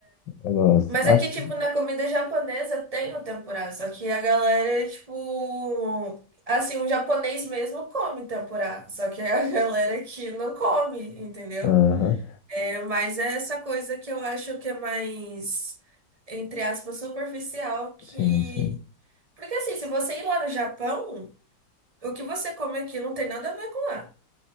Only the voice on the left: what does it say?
Eu gosto.
Ah,
Aham,
Sim, sim.